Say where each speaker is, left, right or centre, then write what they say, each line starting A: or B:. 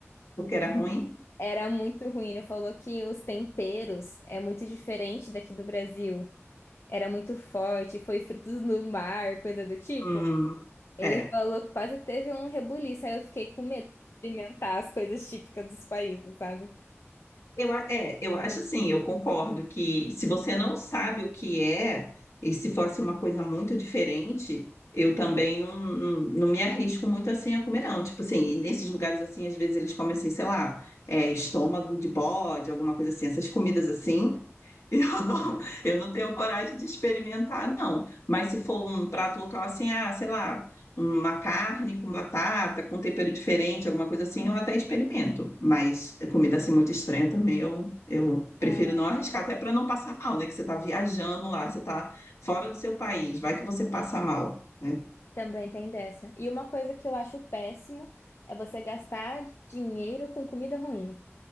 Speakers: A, on the left (about 80°); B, on the left (about 60°).
A: porque era ruim?
B: Era muito ruim. Ele falou que os temperos é muito diferente daqui do Brasil. Era muito forte, foi frutos do mar, coisa do tipo.
A: Hum,
B: Ele
A: é.
B: falou que quase teve um rebuliço. Aí eu fiquei com medo de experimentar as coisas típicas dos países, sabe?
A: Eu, a- é, eu acho assim, eu concordo que se você não sabe o que é, e se fosse uma coisa muito diferente, eu também não, não, não me arrisco muito assim a comer, não. Tipo assim, e nesses lugares assim, às vezes eles comem assim, sei lá, é, estômago de bode, alguma coisa assim, essas comidas assim, Eu <laughs> não, eu não tenho coragem de experimentar, não. Mas se for um prato local assim, ah, sei lá, uma carne com batata, com tempero diferente, alguma coisa assim,
B: Uhum.
A: eu até experimento. Mas comida assim muito estranha também, eu, eu prefiro
B: Ah,
A: não arriscar, até para não passar mal, né? Que você está viajando lá, você está fora do seu país, vai que você passa mal, né?
B: Também tem dessa. E uma coisa que eu acho péssimo é você gastar dinheiro com comida ruim.